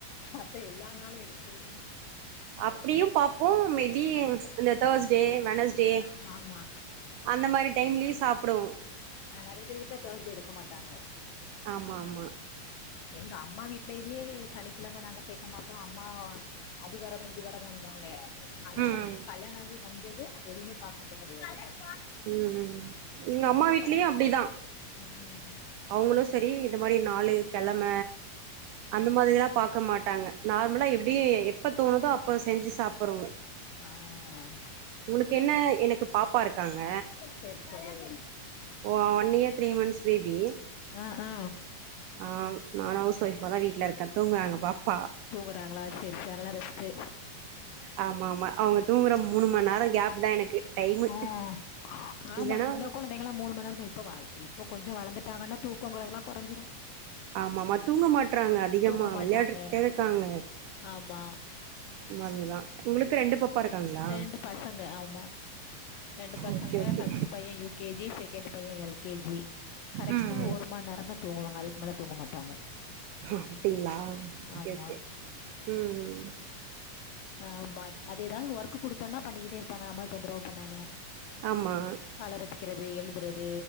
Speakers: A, on the left; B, on the right.
A: மத்த எல்லா நாளு எடுக்கறதுதா
B: அப்புடியு பாப்போ மேபி இந்த தேர்ஸ்டே வெனஸ் டே
A: ஆமா ஆமா
B: அந்தமாரி டைம்லயு சாப்புடுவோ
A: ஆ நறைய பேர் வீட்ல தேர்ஸ்டே எடுக்க மாட்டாங்க
B: ஆமா ஆமா
A: எங்க அம்மா வீட்லயுமே சனிக்கிழம நாங்க சேக்க மாட்டோ அம்மா அது வெரதோ இது வெரதோம்பாங்க ஆனா
B: ம்
A: கல்யாணோ ஆகி வந்தது அது எதுமே பாக்குறது கடையாது
B: ம் ம் எங்க அம்மா வீட்லயு
A: பழகிட்டே
B: அப்டிதா
A: ம்
B: அவுங்களு செரி இந்தமாரி நாளு கெழம அந்த மாதிரில்லா பாக்க மாட்டாங்க நார்மலா எப்டி எப்ப தோணுதோ அப்ப செஞ்சு சாப்பட்றோ
A: ஆ
B: உனக்கு என்ன எனக்கு பாப்பா இருக்காங்க
A: செரி செரி
B: ஓ one year three months baby
A: அ ஆ
B: ஆ நானு ஹவுஸ் ஒய்ஃபாதா வீட்ல இருக்க தூங்கறாங்க பாப்பா
A: தூங்கறாங்களா சேரி சே அத்னால ரஸ்டு
B: ஆமா ஆமா அவுங்க தூங்குற மூணு மண்நேரோ கேப்தா எனக்கு டைமு
A: ம் ஆமா
B: இல்லன்னா
A: சின்ன கொழந்தைங்களா மூணு மண்நேரோதா இப்ப இப்போ கொஞ்சோ வளந்துட்டாங்கனா தூக்கோங்கறதுலா குறஞ்சிரு
B: ஆமா ஆமா தூங்க மாட்றாங்க அதிகமா
A: தூங்க மாட்டாங்க
B: வெளையாடுட்டேதா இருக்காங்க
A: ஆமா
B: அதுதா உங்களுக்கு ரெண்டு பாப்பா இருக்காங்களா
A: ரெண்டு பசங்க ஆமா ரெண்டு பசங்க
B: ஓகே ஓகே
A: ஃபஸ்ட்டு பைய யூ கே ஜி செகண்ட் பைய எல் கே ஜி கரெக்டா
B: ம்
A: ஒரு
B: ம்
A: மண்நேரோதா தூங்குவாங்க அதுக்கு மேல தூங்க மாட்டாங்க
B: அப்டிங்ளா ஓகே
A: ஆமா
B: ஓகே ம் ம்
A: ஆ ஆமா அது எதாது ஒர்க்கு குடுத்தோனா பண்ணிக்கிட்டே இருப்பாங்க நம்மள தொந்தரவு பண்ணாம
B: ஆமா
A: கலர் அடிக்கறது எழுதுறது